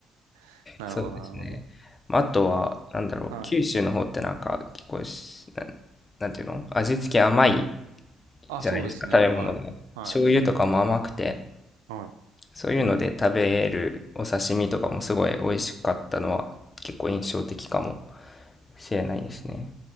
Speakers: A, on the right; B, on the left.
A: <laughs> なるほど、
B: そうですね。
A: なるほど。
B: まあ、あとは、なんだろう、
A: はい。
B: 九州の方ってなんか、結構し、なん、なんていうの味付け甘い
A: あ、
B: じゃないですか、
A: そうですね。
B: 食べ物が。
A: はい。は
B: 醤油とかも甘くて、
A: い。はい。
B: そういうので食べるお刺身とかもすごい美味しかったのは、結構印象的かもしれないですね。